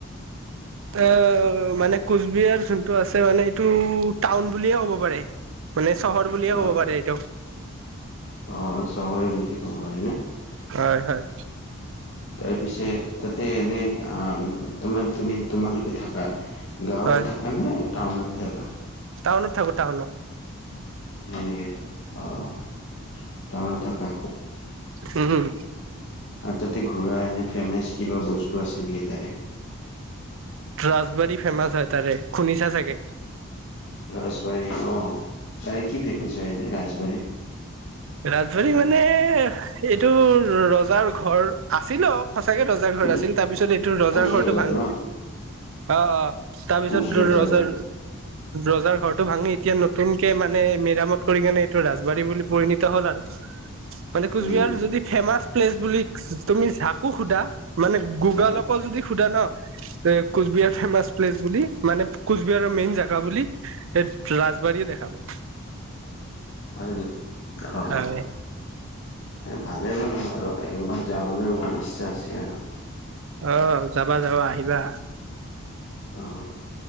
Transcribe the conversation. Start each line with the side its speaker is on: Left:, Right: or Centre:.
Right: অ'! মানে, কোচবিহাৰ যোনটো আছে, মানে এইটো, টাউন বুলিয়ে ক'ব পাৰে। মানে, চহৰ বুলিয়ে
Left: হয়,
Right: ক'ব পাৰে, এইটো।
Left: <unintelligible>
Right: হয়, হয়!
Left: তাৰপিছে, তাতে এনে, তোমাৰ তুমি, তোমালোকে থাকা? গাঁৱত
Right: হয়
Left: থাকা নে টাউনতে থাকা?
Right: টাউনত থাকোঁ, টাউনত।
Left: সেনেকে, অ'! টাউনত থাকা।
Right: উম, উম।
Left: আঁ তাতে ঘূৰা এনে, ফেমাচ কিবা বস্তু আছে নেকি, তাতে?
Right: ৰাজবাৰী ফেমাচ হয়, তাৰে। শুনিছা চাগে?
Left: ৰাজবাৰী, অ'! তাৰে কি ফেমাচ হয়, এনেই ৰাজবাৰীৰ?
Right: ৰাজবাৰী মানে, এইটো ৰজাৰ ঘৰ আছিল, আও। সঁচাকে ৰজাৰ ঘৰত
Left: কোচ
Right: আছিল। তাৰপিছত, এইটো ৰজাৰ
Left: কোচ
Right: ঘৰটো ভাঙে।
Left: ন
Right: অ' অ'! তাৰপিছত,
Left: কোচ
Right: ৰজাৰ
Left: হয়
Right: ৰজাৰ ঘৰটো ভাঙি, এতিয়া নতুনকে মানে, মেৰামত কৰিকিনে, এইটো ৰাজবাৰী বুলি কয় নি! এতিয়া হ'ল আৰু। মানে, কোচবিহাৰ
Left: উম
Right: যদি ফেমাচ প্লেচ বুলি, তুমি যাকো সোধা মানে, গুগল
Left: অ
Right: পাওঁ যদি, সোধে ন' যে, কোচবিহাৰ ফেমাচ প্লেচ বুলি। মানে, কোচবিহাৰৰ মেইন জাগা বুলি। এই, ৰাজবাৰীয়ে দেখাব।
Left: হয় নেকি? অ'!
Right: হয়
Left: এ ভালেই লাগে আৰু একবাৰ যাবলৈ মোৰ ইচ্ছা আছে আৰু।
Right: অ' যাবা যাবা, আহিবা।
Left: অঁ।